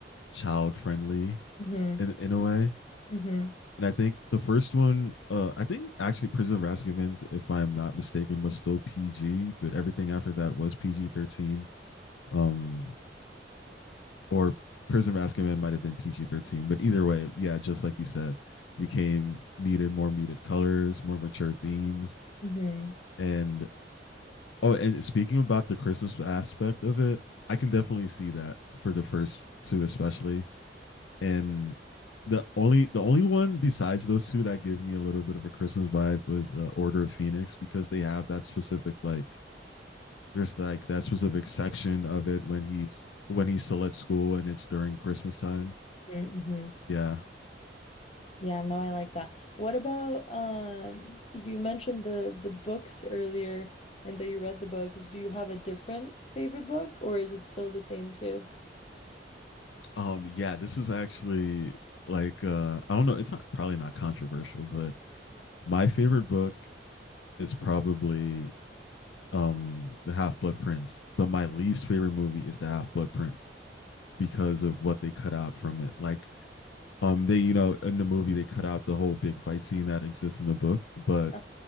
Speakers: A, on the left; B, on the left.
A: child friendly
B: hmm
A: in in a way.
B: hmm
A: And I think the first one, uh, I think actually Prison of Azkaban's, if I'm not mistaken, was still PG, but everything after that was PG thirteen. Um, or Prison of Azkaban might have been PG thirteen, but either way, yeah, just like you said, became muted, more muted colors, more mature themes,
B: hmm
A: and Oh, and speaking about the Christmas aspect of it, I can definitely see that for the first two especially. And the only the only one besides those two that give me a little bit of a Christmas vibe was uh, Order of Phoenix because they have that specific like there's like that specific section of it when he's when he's still at school and it's during Christmas time.
B: Yeah, hmm
A: Yeah.
B: Yeah, no, I like that. What about um you mentioned the the books earlier and that you read the books. Do you have a different favorite book or is it still the same too?
A: Um yeah, this is actually like uh I don't know, it's not probably not controversial, but my favorite book is probably um the Half Blood Prince, but my least favorite movie is the Half Blood Prince because of what they cut out from it. Like um they you know in the movie they cut out the whole big fight scene that exists in the book, but
B: Uh,